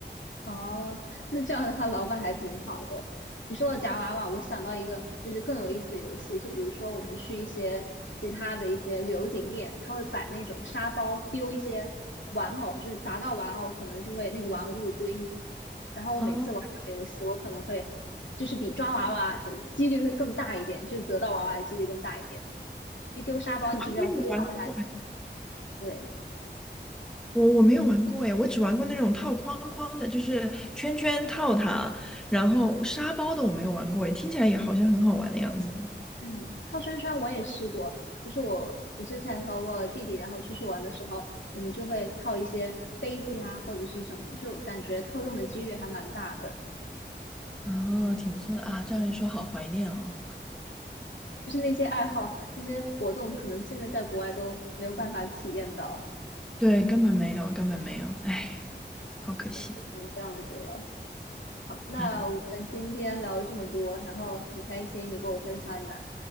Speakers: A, on the left; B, in the centre.
A: 哦，那这样的话，老板还挺好的。你说到夹娃娃，我想到一个就是更有意思的游戏，就比如说我们去一些其他的一些旅游景点，他会摆那种沙包，丢一些玩偶，就是砸到玩偶，可能就会那个玩偶就会归你。然后我每次玩这种游戏，
B: 哦，
A: 我可能会就是比抓娃娃的几率会更大一点，就是得到娃娃的几率更大一点。因为丢沙包，
B: 我还没有夹过
A: 你只需要丢到它，对。
B: 我我没有玩过诶，我只玩过那种套框框的，就是圈圈套它，然后沙包的我没有玩过诶，听起来也好像很好玩的样子。
A: 嗯，套圈圈我也试过，就是我我之前和我弟弟然后出去玩的时候，我们就会套一些杯子呀或者是什么，就感觉套中的几率还蛮大的。
B: 哦，挺不错的啊，这样一说，好怀念哦。
A: 就是那些爱好、那些活动，可能现在在国外都没有办法体验到，
B: 对，根本没有，根本没有，哎，好可惜。
A: 就只能这样子了。好，那我们今天聊了这么多，
B: 嗯，
A: 然后很开心你跟我分享你的，